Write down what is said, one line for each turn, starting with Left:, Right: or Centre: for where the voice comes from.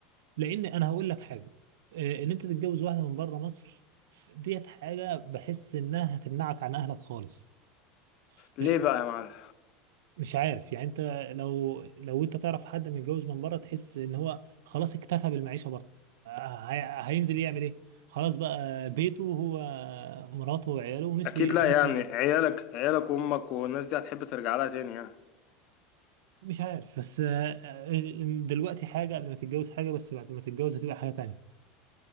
Right: لان انا هقول لك حاجه آه، ان انت تتجوز واحده من بره مصر ديت حاجه بحس انها هتمنعك عن اهلك خالص
Left: ليه
Right: يعني
Left: بقى يا معلم
Right: مش عارف يعني انت لو لو انت تعرف حد متجوز من بره تحس ان هو خلاص اكتفى بالمعيشه بره آه، هي- هينزل يعمل ايه خلاص بقى بيته هو مراته وعياله ونسي
Left: اكيد لا
Right: نسي
Left: يعني عيالك عيالك وامك والناس دي هتحب ترجع لها تاني يعني
Right: مش عارف بس آه، آه، دلوقتي حاجه قبل ما تتجوز حاجه بس بعد ما تتجوز هتبقى حاجه تانية